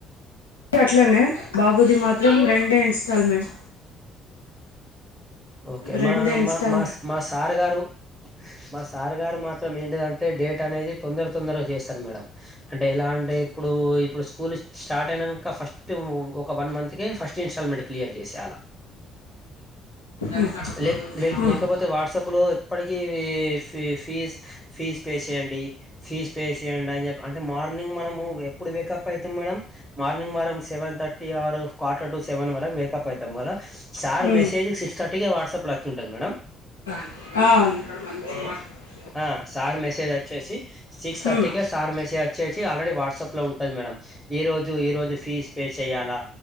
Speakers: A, on the left; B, in the centre.
A: అట్లనే బాబుది మాత్రం రెండే ఇన్స్టాల్మెంట్
B: ఓకే
A: రెండే
B: మా
A: ఇన్స్టాల్మెంట్
B: మా మా మా సార్ గారు మా సార్ గారు మాత్రం ఏంటిదంటే డేట్ అనేది తొందర తొందర మేడం అంటే ఎలా అంటే ఇప్పుడు ఇప్పుడు స్కూల్ స్టార్ట్ అయినాక ఫస్ట్ ఒక వన్ మంత్ కే ఫస్ట్ ఇన్స్టాల్మెంట్ క్లియర్ చేసేయాల
A: ఉమ్.
B: లే
A: ఉమ్,
B: లేకపోతే వాట్సాప్ లో అప్పటికే ఫి ఫీజు ఫీజు పే చేయండి ఫీజు పే చేయండి అని చెప్పి అంటే మార్నింగ్ మనము ఎప్పుడు వేకప్ అవుతాం మేడం మార్నింగ్ వరకు సెవెన్ థర్టీ ఆరు క్వార్టర్ టు సెవెన్ వరకు వేకప్ అవుతాం కదా సార్
A: ఉమ్,
B: మెసేజ్ సిక్స్ థర్టీకే వాట్సప్ లో వచ్చి ఉంటది మేడం
A: ఆ
B: ఆ సార్ మెసేజ్ వచ్చేసి సిక్స్ థర్టీకే
A: ఉమ్,
B: సార్ మెసేజ్ వచ్చేసి ఆల్రెడీ వాట్సాప్ లో ఉంటది మేడం ఈ రోజు ఈ రోజు ఫీజు పే చేయాలా